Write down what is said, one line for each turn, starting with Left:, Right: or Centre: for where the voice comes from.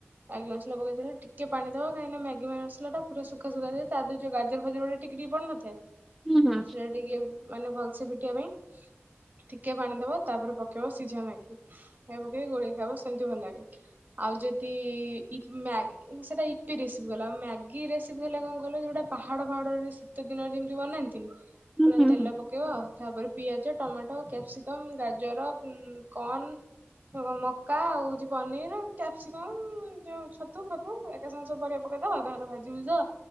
Right: ମ୍ୟାଗି ମସଲା ପକେଇ ସାରା ଟିକେ ପାଣି, ଦବା କାହିଁକି ମ୍ୟାଗି ମସଲା ପୁରା ସୁଖା ଦେ ତା ଦେରେ ଯୋଉ ଗାଜର ଭାଜଲ ଗୋଟେ ଟିକେ ପଡିିନଥାଏ
Centre: ହୁଁ ହୁଁ
Right: ସେଟା ଟିକେ ମାନେ ଭଲସେ ପିଟିବା ପାଇଁ ଟିକେ ପାଣି ଦବା ତାପରେ ପକେଇବ, ସିଝା ମ୍ୟାଗି ମ ପକେଇକି ଗୋଳେଇ ଖାଇବ ସେମତି ଭଲ ଲାଗେ ଆଉ ଯଦି ଇ ପ ସେଟା ଇପି ରେସିପି ଗଲା ଆଉ ମାଗି ରେସିପି ହେଲା କଣ କହିଲ ଜଉଟା ପାହାଡ ପାହାଡରେ ଶୀତ ଦିନରେ ଯେମିତି ବନାନ୍ତିନି
Centre: ହୁଁ
Right: ପୁରା
Centre: ହୁଁ
Right: ତେଲ ପକେଇବ ଆଉ ତାପରେ ପିଆଜ ଟମାଟୋ କ୍ୟାପସିକମ୍ ଗାଜର କନ କଣ ମକା ଆଉ ହଉଛି ପନିର କ୍ୟାପସିକମ ଯୋଉ ଛତୁ ଫତୁ ଏକା ସାଙ୍ଗେ ସବୁ ପରିବା ପକେଇଦବା ତାପରେ ରେ ଭାଜି ଭୁଜି ଦବା